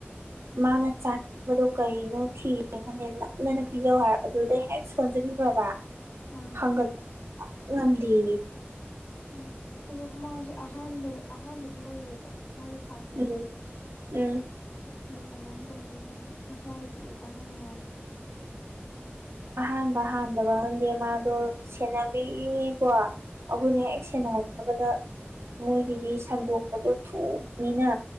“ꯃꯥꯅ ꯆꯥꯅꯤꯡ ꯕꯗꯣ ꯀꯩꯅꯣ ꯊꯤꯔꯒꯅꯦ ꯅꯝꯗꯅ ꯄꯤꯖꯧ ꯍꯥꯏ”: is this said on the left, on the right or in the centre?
Right